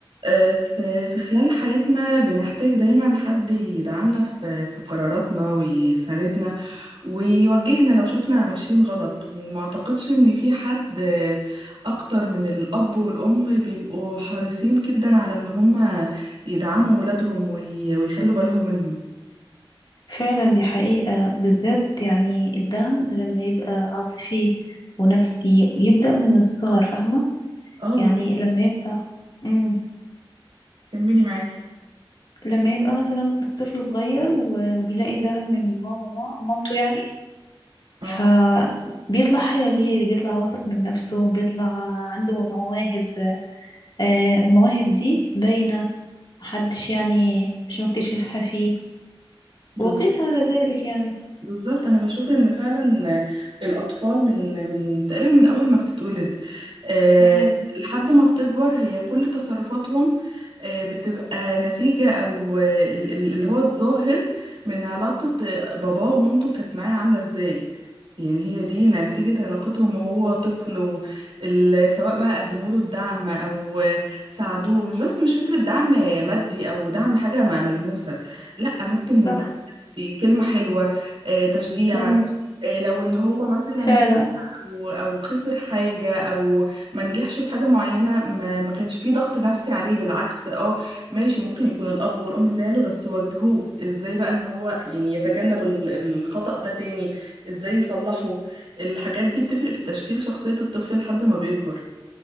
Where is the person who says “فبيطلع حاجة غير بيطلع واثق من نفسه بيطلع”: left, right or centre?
Left